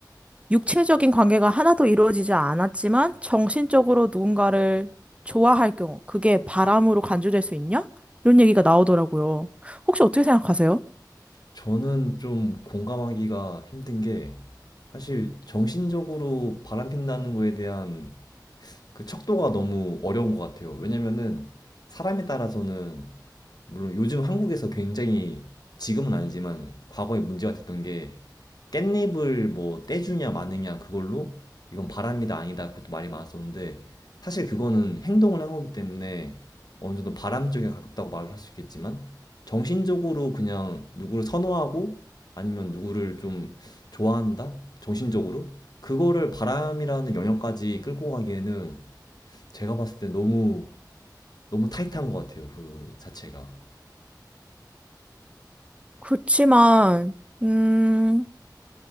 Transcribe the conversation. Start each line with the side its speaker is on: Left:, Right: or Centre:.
Right: 육체적인 관계가 하나도 이루어지지 않았지만 정신적으로 누군가를 좋아할 경우 그게 바람으로 간주될 수 있냐? 이런 얘기가 나오더라고요. 혹시 어떻게 생각하세요?
Left: 저는 좀 공감하기가 힘든 게 사실 정신적으로 바람핀다는 거에 대한 그 척도가 너무 어려운 것 같아요. 왜냐면은 사람에 따라서는 물론 요즘 한국에서 굉장히 지금은 아니지만 과거에 문제가 됐던 게 깻잎을 뭐 떼주냐 마느냐 그걸로 이건 바람이다 아니다 그것도 말이 많았었는데 사실 그거는 행동을 한 거기 때문에 어느 정도 바람 쪽에 가깝다고 말을 할 수 있겠지만 정신적으로 그냥 누구를 선호하고 아니면 누구를 좀 좋아한다? 정신적으로? 그거를 바람이라는 영역까지 끌고 가기에는 제가 봤을 때 너무 너무 타이트한 것 같아요. 그 자체가.
Right: 그렇지만, 음,